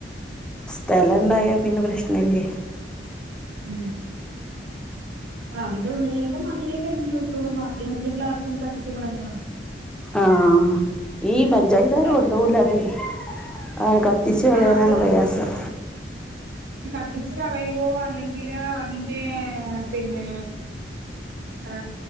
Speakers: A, in the centre; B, on the right (about 60°).
A: സ്ഥലണ്ടായ പിന്നെ പ്രശ്നല്ലേ
B: ഉം ആ അതിന്റെ ഉള്ളിലേത് മണ്ണിലേക്കലി ഞ്ഞോളും വച്ചോളും ബാക്കി മറ്റൊ പ്ലാസ്റ്റിക് കത്തിച്ച് കളഞ്ഞാ മതി
A: ആഈ പഞ്ചായത്തുകർ
B: കത്ത്
A: കൊണ്ടുപോകല അതെ ആ കത്തിച്ചുകളയാനാണ്പ്രയാസം
B: ആ അത് കത്തിച്ച് കളയവോ അല്ലെങ്കില് അതിന്റെ പിന്നെ ആ